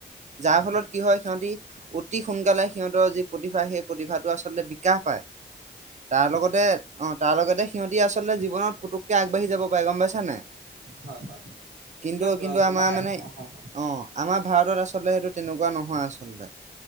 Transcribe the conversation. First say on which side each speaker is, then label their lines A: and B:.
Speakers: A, on the right; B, on the right.
A: যাৰ ফলত কি হয় সিহঁতি অতি সোনকালে সিহঁতৰ যি প্ৰতিভা সেই প্ৰতিভাটো আচলতে বিকাশ পায় তাৰ লগতে অ তাৰ লগতে সিহঁতি আচলতে জীৱনত পুতু কে আগবাঢ়ি যাব পুৰুষকে আগবাঢ়ি যাব পাৰে গমপাইছা নাই
B: হয় হয় হয় হয়
A: কিন্তু
B: এতিয়া
A: কিন্তু
B: তোমাৰ
A: আমাৰ মানে
B: হয় হয়
A: অ আমাৰ ভাৰতত আছে আচলতে সেইটো তেনেকোৱা নহয় আচলতে